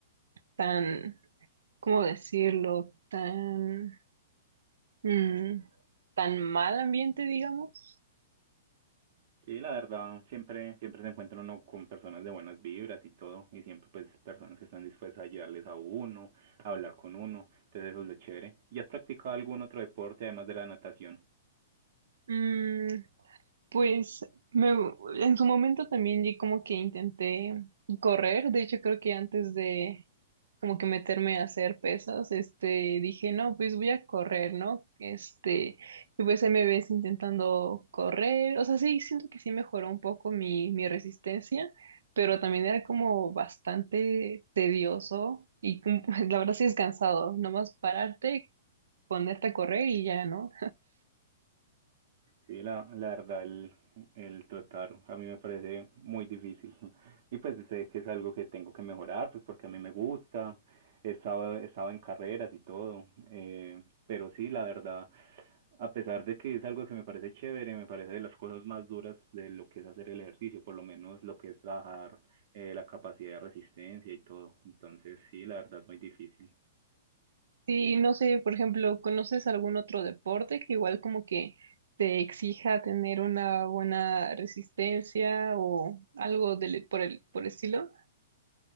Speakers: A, on the right (about 80°); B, on the right (about 55°).
A: tan, ¿cómo decirlo? Tan, mm, tan mal ambiente, digamos.
B: Sí, la verdad, siempre siempre se encuentra uno con personas de buenas vibras y todo y siempre pues personas que están dispuestas a ayudarles a uno, a hablar con uno, entonces eso es lo chévere. ¿Y has practicado algún otro deporte además de la natación?
A: Mm, Pues me, en su momento también di como que intenté correr, de hecho creo que antes de como que meterme a hacer pesas, este, dije, no, pues voy a correr, ¿no? Este, y pues ahí me ves intentando correr, o sea, sí, siento que sí mejoró un poco mi, mi resistencia, pero también era como bastante tedioso y como- <laughs> la verdad sí es cansado, nomás pararte, ponerte a correr y ya, ¿no?
B: Sí, la, la verdad, el, el trotar a mí me parece muy difícil. <laughs> Y pues sé que es algo que tengo que mejorar, pues porque a mí me gusta. He estado, he estado en carreras y todo. Eh, pero sí, la verdad, a pesar de que es algo que me parece chévere, me parece de las cosas más duras de lo que es hacer el ejercicio, por lo menos lo que es trabajar eh, la capacidad de resistencia y todo. Entonces, sí, la verdad, muy difícil.
A: Sí, no sé, por ejemplo, ¿conoces algún otro deporte que igual como que te exija tener una buena resistencia o algo del, por el, por el estilo?